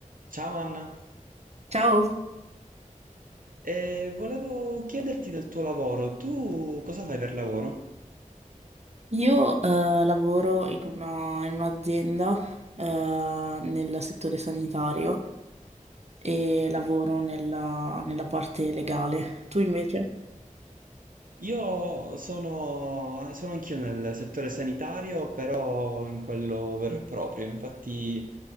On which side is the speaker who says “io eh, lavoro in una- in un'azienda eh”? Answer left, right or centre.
Right